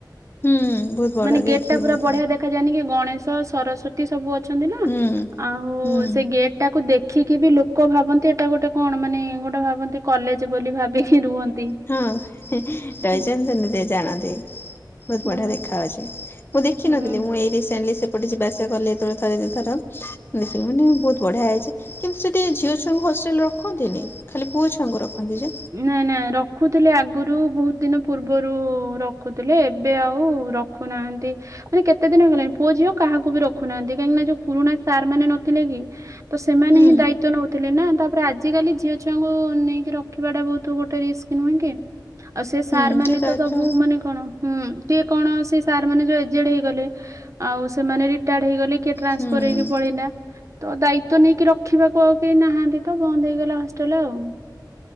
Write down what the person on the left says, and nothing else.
ହୁଁ ବହୁତ ବଡ
ବି
ବହୁତ
ହୁଁ
ହୁଁ।
ହଁ ରହିଯାନ୍ତି
ତ ନିଜେ ଜାଣନ୍ତି। ବହୁତ
ବଢିଆ ଦେଖା ହଉଛି। ମୁଁ ଦେଖିନଥିଲି
ମୁଁ ଏଇ ରିସେଣ୍ଟ୍ଲି ଏପଟେ ଯିବା ଆସିବା କଲି ଯେତେବେଳେ ଥରେ ଦିଥର ଦେଖିଲି ମୁଁ କହିଲି ବହୁତ ବଢିଆ ହେଇଛି। କିନ୍ତୁ ସେଠି ଝିଅ ଛୁଆଙ୍କୁ ହଷ୍ଟେଲରେ ରଖନ୍ତିନି ଖାଲି ପୁଅ ଛୁଆଙ୍କୁ ରଖନ୍ତି ଯେ।
ହୁଁ
ହୁଁ
ଟିକେ ଦାୟିତ୍ୱ
ହୁଁ